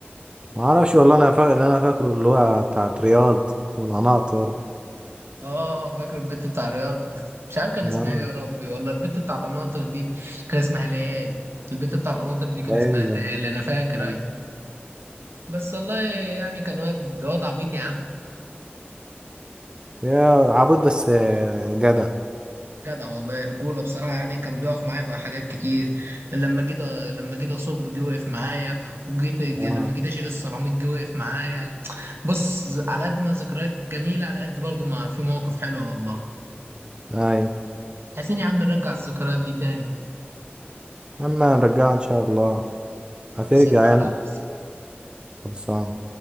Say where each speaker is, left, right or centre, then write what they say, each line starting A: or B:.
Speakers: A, on the right; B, on the right.
A: ما اعرفش والله انا فاكر اللي انا فاكره اللي هو بتاعت رياض والقناطر
B: اه فاكر البت بتاع رياض مش عارف كان اسمها
A: اه
B: ايه يا ربي ولا البت بتاع القناطر دي كان اسمها ليالي البت بتاع القناطر دي كان
A: ده
B: اسمها
A: يعني.
B: ليالي انا فاكر
A: آه.
B: اهي بس والله يعني كان واد واد عبيط يا عم
A: يا عبود بس آه، جدع
B: جدع والله رجوله بصراحه يعني كان بيقف معايا في حاجات كتير لما جيت لما جيت اصب جه وقف معايا وجيت جي-
A: اه
B: لما جيت اشيل السيراميك جه وقف معايا بص على قد ما ذكريات جميله على قد برضو ما في مواقف حلوه والله
A: اي
B: عايزين يا عم نرجع الذكريات دي تاني
A: اما نرجعها ان شاء الله هترجع
B: خلصانه
A: يعني
B: يا ريس.
A: خلصان